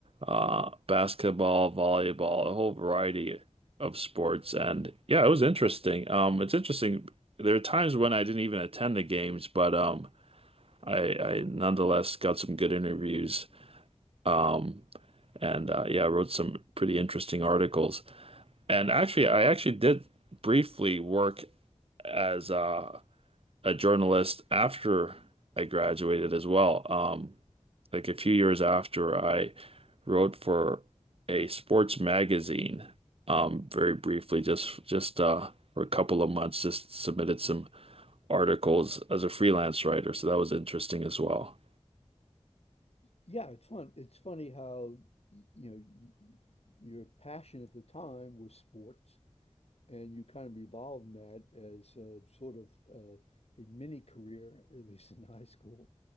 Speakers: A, on the right; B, on the left.
A: uh, basketball, volleyball, a whole variety of sports. And yeah, it was interesting. Um, it's interesting. There are times when I didn't even attend the games, but um, I, I nonetheless got some good interviews. Um, and uh, yeah, I wrote some pretty interesting articles. And actually, I actually did briefly work as uh, a journalist after I graduated as well. Um, like a few years after I wrote for a sports magazine, um, very briefly, just just uh, for a couple of months, just submitted some articles as a freelance writer. So that was interesting as well.
B: Yeah, it's fun. It's funny how y- you know y y- your passion at the time was sports, and you kind of evolved in that as a, sort of uh, a mini career, <laughs> at least in high school.